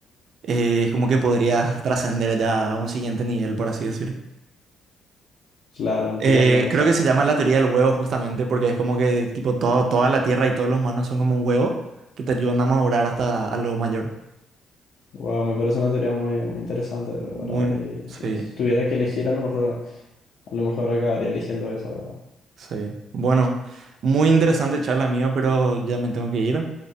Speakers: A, on the right; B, on the left.
A: eh, es como que podrías trascender ya a un siguiente nivel, por así decirlo.
B: Claro, entiendo.
A: Eh,
B: O
A: creo
B: sea,
A: que se llama la teoría del huevo justamente porque es como que tipo todo, toda la tierra y todos los humanos son como un huevo que te ayudan a madurar hasta a lo mayor.
B: wow, me parece una teoría muy, muy interesante, ¿verdad?
A: Muy,
B: Y,
A: sí,
B: y si tuviera que elegir, a lo mejor, a lo mejor acabaría eligiendo esa, ¿verdad?
A: sí. Bueno, muy interesante charla mío, pero ya me tengo que ir.